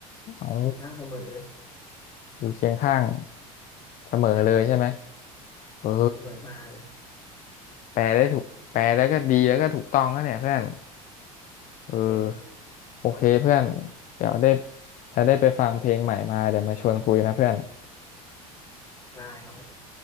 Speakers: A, on the left; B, on the left.
A: อ๋อ
B: อยู่ข้างเสมอ
A: อยู่เคียงข้างเสมอเลยใช่ไหม
B: ใช่ใช่
A: เออ
B: เสมอมาเลย
A: แปลได้ถูกแปลแล้วก็ดีแล้วก็ถูกต้องนะเนี่ยเพื่อนเออ
B: โอเค
A: โอเคเพื่อนเดี๋ยวได้ถ้าได้ไปฟังเพลงใหม่มาเดี๋ยวมาชวนคุยนะเพื่อน
B: ได้ครับ